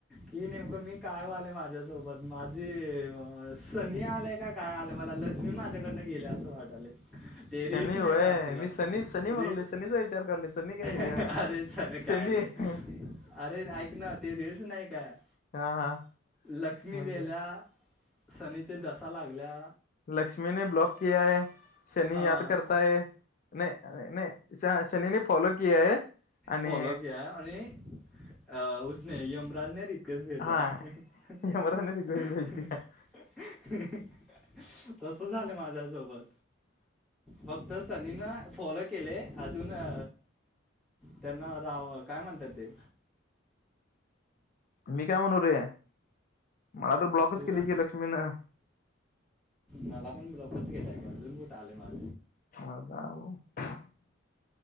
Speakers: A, in the centre; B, on the left.
A: की, नेमकं मी काय व्हालय माझ्यासोबत माझी अ का सनी आलेय का काय? आलं मला लक्ष्मी माझ्याकडनं गेलेय असं वाटालयं. ते
B: शनी
A: रील्स नाही
B: व्हय
A: का? आपलं
B: मी सनी सनी म्हणाले
A: रि <unintelligible>
B: सनीचा विचार करले सनी काय
A: अरेर
B: हे
A: सन्या
B: शनी
A: काय रे?
B: आहे.
A: अरे ऐक ना, ते रील्स नाही काय?
B: हा हा
A: लक्ष्मी
B: माहित
A: गेल्या,
B: आहे
A: शनीची दशा लागल्या.
B: लक्ष्मीने ब्लॉक किया है, शनी
A: हां
B: याद करता है नाय, ना श शनीने फॉलो किया है आणि
A: फॉलो किया है आणि अ यमराज ने र कस <unintelligible>
B: हा यमराजने रिक्वेस्ट भेजली आहे
A: <unintelligible> तस झालं माझ्या सोबत. फक्त सनी न फॉलो केलयं अजून अ त्यांना राव काय म्हणतात ते?
B: मी काय म्हणू रे, मला तर ब्लॉकच
A: तू
B: केलय
A: का
B: की लक्ष्मीनं.
A: मला पण ब्लॉकच केलाय, का अजून कुठे आले माझ.
B: <unintelligible>